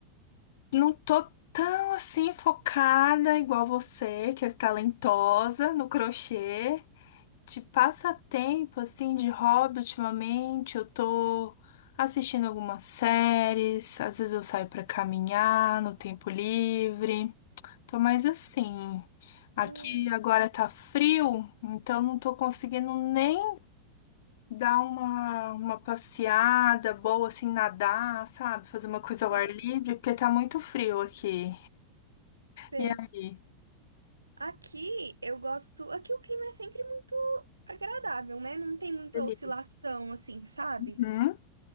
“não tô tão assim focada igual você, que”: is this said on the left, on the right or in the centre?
Left